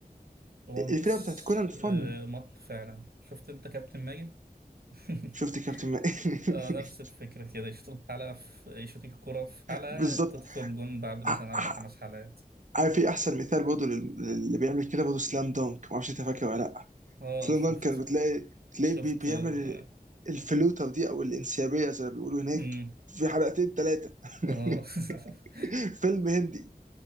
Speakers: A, on the right; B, on the right.
A: ون
B: الفيلر
A: بيس
B: بتاعت كونان فن
A: آه، مط فعلا شفت انت كابتن ماجد <laughs>
B: شفت كابتن ما- <laughs>
A: آه، نفس الفكرة كده يشوطوا الحلقة في يشوط الكرة في حلقة
B: بالظبط
A: تدخل جون بعد مثلا
B: ع-
A: أربع
B: ع-
A: خمس حلقات
B: عارف في احسن مثال برضه لل- اللي بيعمل كده برضه سلام دونك ما اعرفش انت فاكر ولا لا
A: اه
B: سلام
A: شفت
B: دونك كان بتلاقي تلاقيه
A: شفت
B: بي- بيعمل
A: اه
B: الفلوتر دي او الانسيابيه زي ما بيقولوا هناك
A: مم.
B: في حلقتين ثلاثه <laughs>
A: آه. <laughs>
B: فيلم هندي